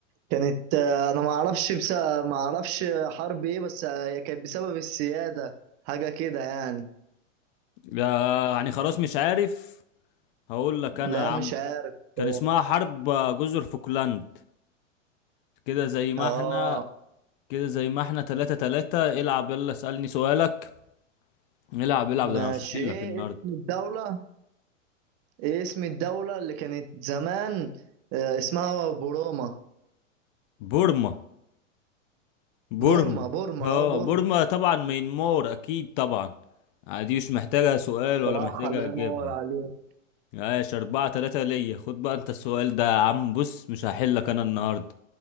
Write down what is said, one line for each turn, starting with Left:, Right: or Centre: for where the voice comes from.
Right: كانت آه، انا ما اعرفش بس ما اعرفش حرب ايه بس آه، هي كانت بسبب السيادة حاجة كده يعني
Left: يا- يعني خلاص مش عارف هقول لك انا
Right: لا
Left: يا عم
Right: مش عارف بصراحة
Left: كان اسمها حرب جزر فوكلاند كده زي ما
Right: اه
Left: احنا كده زي ما احنا تلاتة تلاتة العب يلا اسألني سؤالك العب العب ده
Right: ماشي
Left: انا مش هحل
Right: ايه
Left: لك النهارده
Right: اسم الدولة ايه اسم الدولة اللي كانت زمان آه، اسمها بوروما
Left: بورما بورما
Right: بورما بورما
Left: اه
Right: اه بورما
Left: بورما طبعا مينمار اكيد طبعا آه، دي مش محتاجة سؤال ولا
Right: صح
Left: محتاجة
Right: الله
Left: اجابة
Right: ينور عليك
Left: ماشي اربعة تلاتة ليا خد بقى انت السؤال ده يا عم بص مش هحل لك انا النهارده